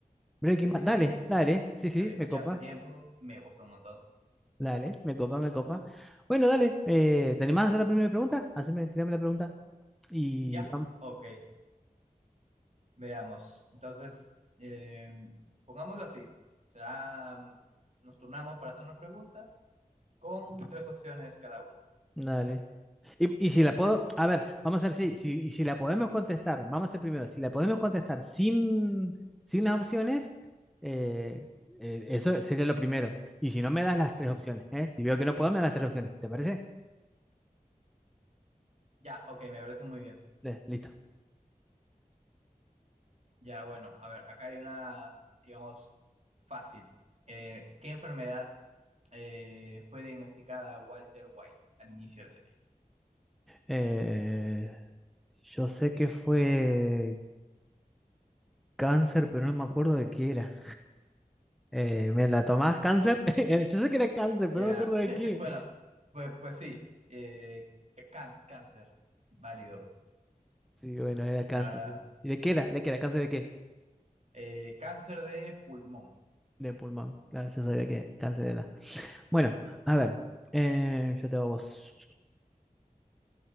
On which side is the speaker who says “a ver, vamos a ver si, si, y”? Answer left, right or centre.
Centre